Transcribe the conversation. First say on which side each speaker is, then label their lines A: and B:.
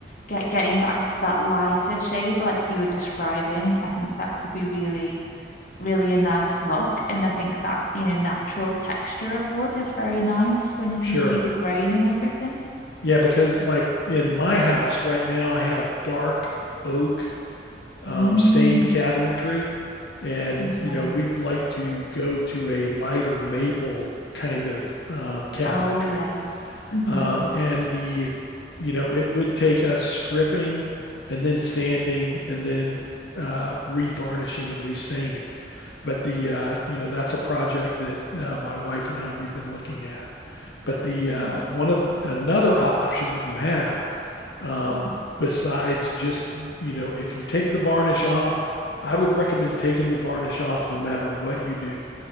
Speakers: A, on the left; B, on the left.
A: get getting back to that lighter shade like you were describing, I think that could be really, really a nice look. And I think that, you know, natural texture of wood is very nice when you can
B: Sure.
A: see the grain and everything.
B: Yeah, because like in my house right now, I have dark oak um,
A: Mm,
B: stained cabinetry. And,
A: sounds
B: you
A: nice.
B: know, we would like to go to a lighter maple kind of um, cabinetry.
A: Oh yeah. Mm-hmm.
B: Um, and the, you know, it would take us stripping and then sanding and then uh, revarnishing and restaining. But the, uh, you know, that's a project that uh, my wife and I, we've been looking at. But the
A: Mm.
B: uh, one of another option that you have, um,
A: Mm.
B: besides just you know, if you take the varnish off, I would recommend taking the varnish off no matter what you do.